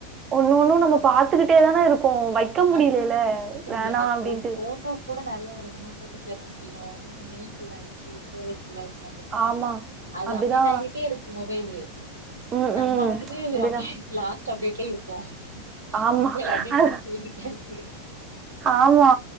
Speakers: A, on the right; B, on the right.
A: ஒன்ன ஒண்ணும் நம்ம பாத்துக்கிட்டே தானே இரு க்கோ வைக்க
B: ஆனா
A: முடியலல்ல
B: வைக்க
A: வேணா
B: முடியல
A: அப்டின்ட்டு
B: போ போட்டோஸ் கூட நெறைய ஒரு ரெண்டு மூண போட்டோஸ் ஏத முடில உலன மெயில் ஃபுல் ஆயடுச்சி ஸ்டோரஜ் ச்ச வந்துருது
A: ஆமா
B: அது
A: அப்டிதா
B: அப்டேட் ஆகிட்டே இருக்கு மொபைலு
A: ம்
B: நம்ம
A: ம்
B: வந்துட்டு <unintelligible>
A: அப்டிதா
B: அப்டேட்லயே இருக்கோ
A: ஆமா
B: மொபைல் அப்டேட்
A: அ
B: ஆகி போய்கிட்டே இருக்கு
A: ஆமா